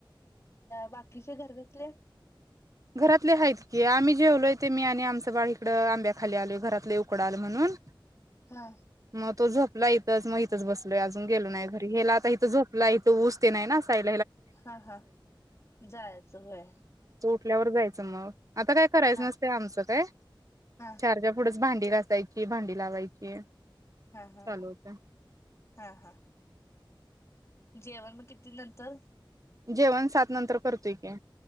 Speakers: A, on the left (about 35°); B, on the right (about 40°).
A: बाकीचे घर घातले.
B: घरातले आहेत की आम्ही जेवलोय ते मी आणि आमचं बाळी इकड आंब्या खाली आलो घरातले उकडा आल म्हणून
A: हा
B: <inaudible> इथच मगच बस. अजून गेलो नाही घरी गेला. झोपला इथ ऊसते नाही ना. ठेवलाय.
A: हा हा जायचं होय
B: आपल्यावर जायचं मग आता काय करायचं
A: हा
B: नसत आमचं काय
A: हा
B: चारच्या पुढ भांडी घासायची भांडी लावायची.
A: हा हा
B: चालू होतं
A: हा हा. जेवण मग किती नंतर
B: जेवण सात नंतर करतोय काी